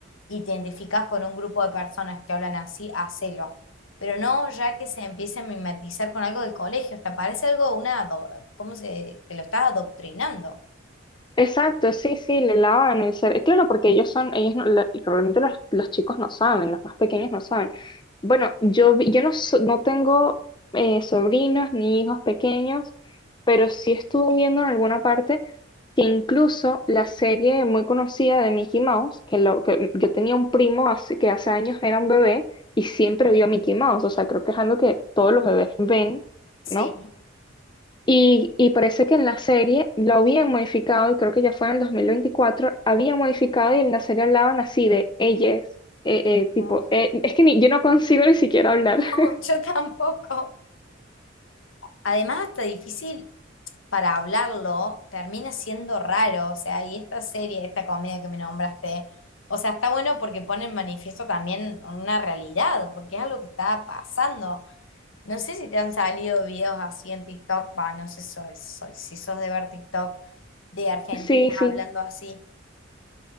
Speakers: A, on the left; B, on the left.
A: y te identificás con un grupo de personas que hablan así, hacelo. Pero no ya que se empiece a mimetizar con algo del colegio, hasta parece algo, una, ado- ¿cómo se, que lo estás adoctrinando?
B: Exacto, sí, sí, le lavan el cerebro. Claro, porque ellos son, ellos no, la- realmente los, los chicos no saben, los más pequeños no saben. Bueno, yo, vi- yo no, so- no tengo eh, sobrinos ni hijos pequeños, pero sí estuve viendo en alguna parte que incluso la serie muy conocida de Mickey Mouse, que, lo, que yo tenía un primo hace, que hace años era un bebé y siempre vio a Mickey Mouse, o sea, creo que es algo que todos los bebés ven,
A: Sí.
B: ¿no? Y, y parece que en la serie lo habían modificado, y creo que ya fue en el 2024, habían modificado y en la serie hablaban así de ellas, eh, eh, tipo,
A: No,
B: eh, es que ni, yo no consigo ni siquiera hablar.
A: <laughs>
B: <laughs>
A: yo tampoco. Además, hasta difícil para hablarlo, termina siendo raro, o sea, y esta serie, esta comedia que me nombraste, o sea, está bueno porque pone en manifiesto también una realidad, porque es algo que está pasando. No sé si te han salido videos así en TikTok, va, no sé soy- soy- si sos de ver TikTok de argentinas
B: Sí, sí.
A: hablando así.